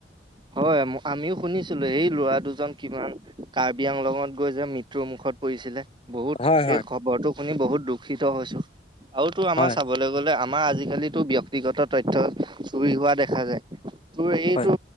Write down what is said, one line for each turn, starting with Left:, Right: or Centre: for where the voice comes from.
Right: হয়, আমিও শুনিছিলোঁ, এই ল'ৰা দুজন কিমান কাৰ্বি আংলংত গৈ যে, মৃত্যুৰ মুখত পৰিছিলে বহুত
Left: হয়
Right: সেই
Left: হয়
Right: খবৰটো শুনি বহুত দুখিত হৈছোঁ, আৰু তোৰ আমাৰ
Left: হয়
Right: চাবলৈ গ'লে আ আমাৰ আজিকালিতো ব্যক্তিগত তথ্য চুৰি হোৱা দেখা যায়, তোৰ এইটো
Left: হয়